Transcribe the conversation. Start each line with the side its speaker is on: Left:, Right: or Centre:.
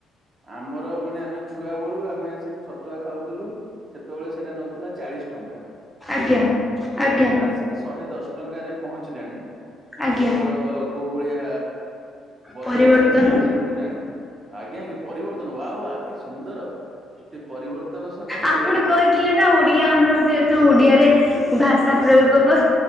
Right: ଆମର ମାନେ ଆମେ ଛୁଆ ବେଳୁ ଆମେ ସେ ତୁଆ ଖାଉଥିଲୁ ସେତେବେଳେ ସେଇଟା ନେଉଥିଲା ଚାଳିଶ ଟଙ୍କା। କିଲ
Centre: ଆଜ୍ଞା ଆଜ୍ଞା
Right: ଏବେ ତ ଆସିକି ଶହେ ଦଶ ଟଙ୍କାରେ ପହଞ୍ଚିଲାଣି
Centre: ଆଜ୍ଞା
Right: ଯୁଗର କୋଉ ଭଳିଆ ବଦଳୁଛି
Centre: ପରିବର୍ତ୍ତନ
Right: ଆପଣ ସେଇଥିରୁ ଜାଣେ। ଆଜ୍ଞା ଆଜ୍ଞା ପରିବର୍ତ୍ତନ ୱା ୱା କି ସୁନ୍ଦର। ସେ ପରିବର୍ତ୍ତନ ସକାଶେ
Centre: ଆପଣ କହିଥିଲେ ନା ଓଡିଆ ଅନର୍ସ ଯେହେତୁ ଓଡିଆରେ ଭାଷା ପ୍ରୟୋଗ କର।